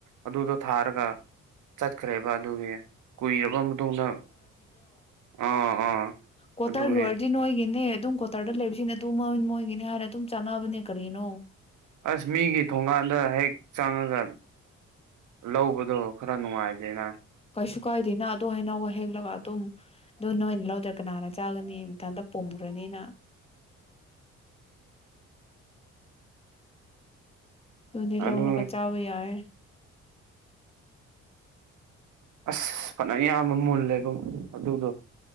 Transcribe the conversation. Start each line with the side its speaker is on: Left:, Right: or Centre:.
Right: ꯑꯗꯨꯗꯣ ꯊꯥꯔꯒ ꯆꯠꯈ꯭ꯔꯦꯕ ꯑꯗꯨꯒꯤ ꯀꯨꯏꯔꯕ ꯃꯇꯨꯡꯗ ꯑꯥ ꯑꯥ
Left: ꯀꯣꯠꯇꯔꯒꯤ
Right: ꯑꯗꯨꯒꯤ
Left: ꯑꯣꯏꯔꯗꯤ ꯅꯣꯏꯒꯤꯅꯦ ꯑꯗꯨꯝ ꯀꯣꯠ ꯇꯔꯗ ꯂꯩꯕꯁꯤꯡꯅ ꯑꯗꯨꯝ ꯃꯣꯏ ꯃꯣꯏꯒꯤꯅꯤ ꯍꯥꯏꯅ ꯑꯗꯨꯝ ꯆꯥꯟꯅꯕꯅꯦ ꯀꯔꯤꯅꯣ
Right: ꯑꯁ ꯃꯤꯒꯤ ꯊꯣꯡꯒꯥꯟꯗ ꯍꯦꯛ ꯆꯪꯉꯥꯒ ꯂꯧꯕꯗꯣ ꯈꯔ ꯅꯨꯡꯉꯥꯏꯗꯦꯅ
Left: ꯀꯩꯁꯨ ꯀꯥꯏꯗꯦꯅ ꯑꯗꯨ ꯍꯥꯏꯅꯧ ꯍꯦꯛꯂꯒ ꯑꯗꯨꯝ ꯑꯗꯨ ꯅꯣꯏꯅ ꯂꯧꯗ꯭ꯔꯥ ꯀꯅꯥꯅ ꯆꯥꯒꯅꯤ ꯃꯊꯟꯇ ꯄꯨꯝꯈꯔꯅꯤꯅ ꯑꯗꯨꯅꯦ ꯂꯧꯔꯒ
Right: ꯑꯗꯨ
Left: ꯆꯥꯕ ꯌꯥꯏꯌꯦ꯫
Right: ꯑꯁ ꯐꯅ ꯌꯥꯝꯕ ꯃꯨꯜꯂꯦꯕ ꯑꯗꯨꯗꯣ